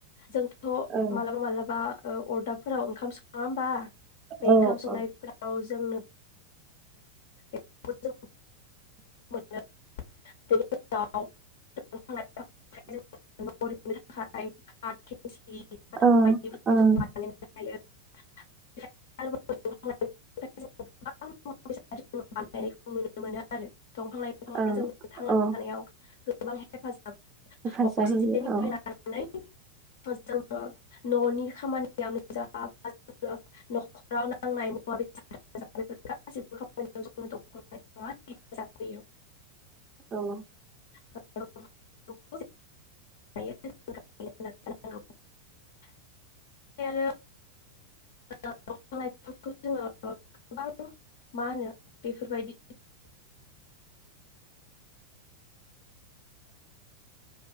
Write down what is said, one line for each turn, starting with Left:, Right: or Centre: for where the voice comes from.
Left: जों थ'
Right: औ
Left: मालाबा मालाबा ओ अदाबफोर ओंखाम स होमबा बे
Right: औ
Left: ओंखाम संनायफोराव
Right: औ
Left: जोंनो <inaudible> <unintelligible> <unintelligible> <unintelligible> <unintelligible> <unintelligible>
Right: औ
Left: <unintelligible> <unintelligible> <unintelligible> दंफां लाइफां आ
Right: औ
Left: जों बे थांनानै
Right: औ
Left: थानायाव गोबां हेफाजाब
Right: हेफाजाब
Left: अक्सिजेननि
Right: होयो
Left: फ्रायलानानै जोङो न'नि खामानियावनो जा बा न'खराव नांनाय मुवा बेसाद बेफोर गाैसैबो खामानियाव दंफां लाइफांआ हेफाजाब होयो।
Right: औ
Left: <unintelligible> ओमफ्राय आरो दंफां लाइफांखौ जोङो गोबां मा होनो बेफोरबायदि